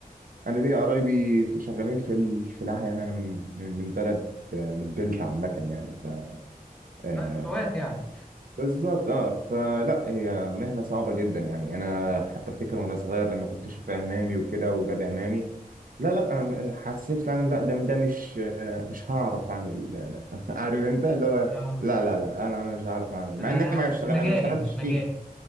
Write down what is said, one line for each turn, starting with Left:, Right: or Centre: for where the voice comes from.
Right: أنا ليا قرايبي في- شغالين في ال- في الفلاحة يعني أنا من من من بلد آه، من الدلتا عامة يعني ف آه،
Centre: طيب اخوات يعني
Right: بالظبط أه فلا هي مهنة صعبة جدا يعني أنا حتى أفتكر وأنا صغير لما كنت أشوف عمامي وكده وولاد عمامي لا لا أنا حسيت فعلا لا ده ده مش آه، مش هعرف أعمل ده <laughs> عارف أنت اللي هو
Centre: اه
Right: لا لا لا أنا أنا مش هعرف أعمل مع
Centre: انا
Right: إن
Centre: انا
Right: إحنا ما
Centre: مش
Right: اشتغل
Centre: مجالي
Right: أنا ما اشتغلتش
Centre: مش مجالي
Right: فيه